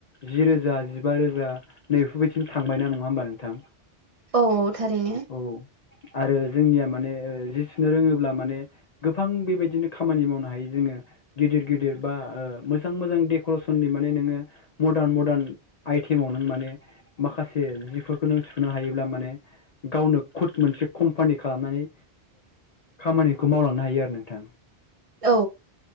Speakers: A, on the left; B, on the right.
A: जि रोजा जिबा रोजा नै बेफोरबायदिनो थांबाय ना नङा होमबा नोंथां
B: औ थारैनो
A: औ आरो जोंनिया माने जि सुनो रोंङोब्ला माने गोबां बेबायदिनो खामानि मावनो हायो जोंङो गिदिर गिदिर बा ओ मो जां मोजां डेकरेसननि मान नोङो मडार्न मदार्न आइटेमाव नों माने माखासे जिफोरखौ नों सुनो हायोब्ला माने गावनो खुद मोनसे कम्पानि खालामनानै खामानिखौ मावलांनो हायो आरो नोंथां।
B: औ